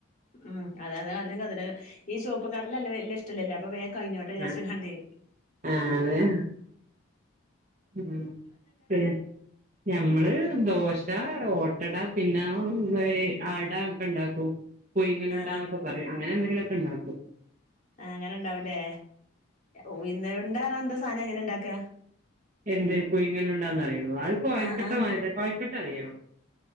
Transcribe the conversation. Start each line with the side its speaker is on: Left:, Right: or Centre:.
Left: ഉം അത അത അല്ലെങ്കി അതല് ഈ ചോപ്പ് കടല അല്ലെ വല്യ ഇഷ്ടല്ലല്ലോ അപ്പൊ വേ കഴിഞ്ഞോട്ടെ വിചാരിച്ച്ങ്ങാണ്ടേ?
Right: ആഹ് ആഹ് അതെ ഉം പേൻ ഞമ്മള് ദോശ, ഓട്ടട, പിന്നെ വേ അട ഒക്കെണ്ടാക്കും പുഴുങ്ങലുണ്ടാന്നൊക്കെ
Left: ആ
Right: പറയും അങ്ങനെന്തെങ്കിലൊക്കെണ്ടാക്കും
Left: ആഹ് അങ്ങനെണ്ടാവുല്ലേ? ഉഴുന്നയുണ്ടാന്നറഞാ എന്താ സാധനംങ്ങനെണ്ടാക്ക
Right: എന്ത് പുയുങ്ങലുണ്ടാന്നറിയുന്നോ അത് കൊഴക്കട്ടമാതിരി
Left: ആ ആ
Right: കൊഴക്കട്ടറിയോ?